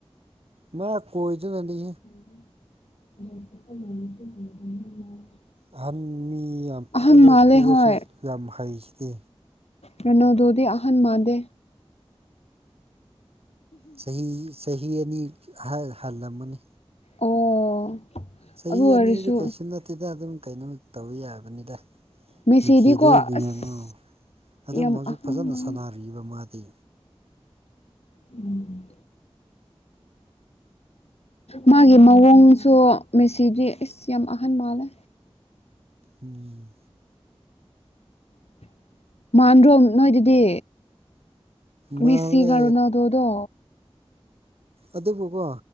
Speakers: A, on the right; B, on the left.
A: ꯃꯥ ꯀꯣꯏꯗꯨꯅꯅꯤ
B: <unintelligible>
A: ꯑꯍꯟ ꯃꯤ ꯌꯥꯝ
B: ꯑꯍꯟ
A: ꯑꯗꯨ
B: ꯃꯥꯜꯂꯦ
A: ꯄꯤꯛꯔꯁꯨ
B: ꯍꯣꯏ
A: ꯌꯥꯝ ꯍꯩꯁꯤꯗꯤ
B: ꯅꯅꯣꯗꯨꯗꯤ ꯑꯍꯟ ꯃꯥꯟꯗꯦ
A: ꯆꯍꯤ ꯆꯍꯤ ꯑꯅꯤ ꯍꯜꯂꯝꯃꯅꯤ
B: ꯑꯣ
A: ꯆꯍꯤ
B: ꯑꯗꯨ
A: ꯑꯅꯤꯗꯤ
B: ꯑꯣꯏꯔꯁꯨ
A: ꯀꯩꯁꯨ ꯅꯠꯇꯦꯗ ꯑꯗꯨꯝ ꯀꯩꯅꯣ ꯇꯧ ꯌꯥꯕꯅꯤꯗ
B: ꯃꯦꯁꯤꯗꯤꯀꯣ
A: ꯃꯤꯈꯤꯗꯩ
B: ꯑꯁ
A: ꯌꯦꯡꯉꯣ ꯑꯗꯨꯝ
B: ꯌꯥꯝ
A: ꯍꯧꯖꯤꯛ
B: ꯑꯍꯟ
A: ꯐꯖꯅ
B: ꯃꯥꯜꯂꯦ
A: ꯁꯥꯟꯅꯔꯤꯕ ꯃꯥꯗꯤ
B: ꯎꯝ ꯃꯥꯒꯤ ꯃꯑꯣꯡꯁꯨ ꯃꯦꯁꯤꯗꯤ ꯑꯁ ꯌꯥꯝ ꯑꯍꯟ ꯃꯥꯜꯂꯦ
A: ꯎꯝ
B: <unintelligible> ꯃꯥꯟꯗ꯭ꯔꯣꯝ ꯅꯣꯏꯗꯨꯗꯤ
A: ꯃꯥꯜꯂꯦ
B: ꯃꯦꯁꯤ ꯒꯥꯔꯣꯅꯥꯗꯣꯗꯣ
A: ꯑꯗꯨꯕꯨꯀꯣ